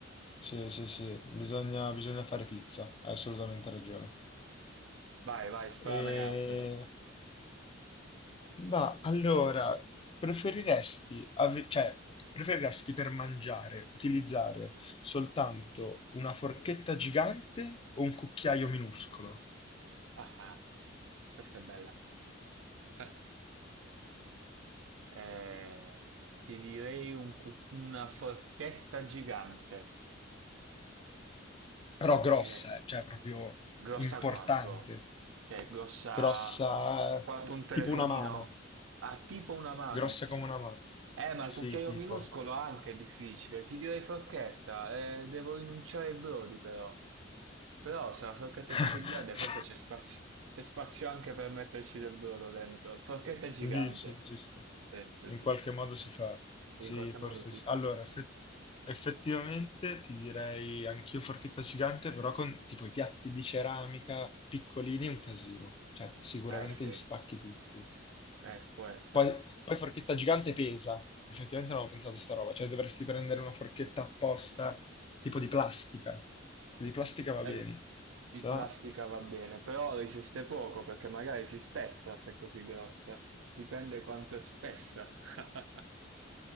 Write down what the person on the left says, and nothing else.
sì, sì, sì, bisogna, bisogna fare pizza, hai assolutamente ragione.
E...
Ma allora, preferiresti, ave- cioè, preferiresti per mangiare utilizzare soltanto una forchetta gigante o un cucchiaio minuscolo?
Però
grossa, eh, cioè proprio
importante,
grossa,
tipo una mano,
grossa come una mano.
Sì,
tipo.
<laughs>
Dici, giusto.
In
qualche
modo si fa. Sì,
forse
sì.
Allora, effe- effettivamente ti direi anch'io forchetta gigante, però con tipo i piatti di ceramica piccolini è un casino. Cioè, sicuramente
li spacchi tutti.
Poi, poi forchetta gigante pesa. Effettivamente non avevo pensato a sta roba. Cioè, dovresti prendere una forchetta apposta, tipo di plastica. Che Di plastica va
bene.
So,